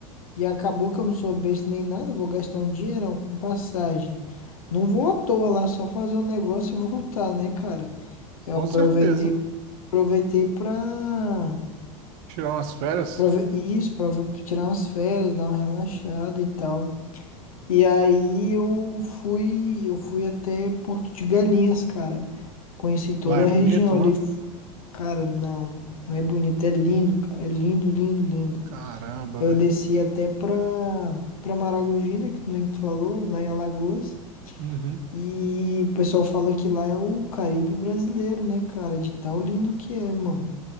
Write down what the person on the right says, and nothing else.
Com
certeza.
Tirar umas férias.
Lá é
bonito,
lá.
Caramba,
velho.
Uhum.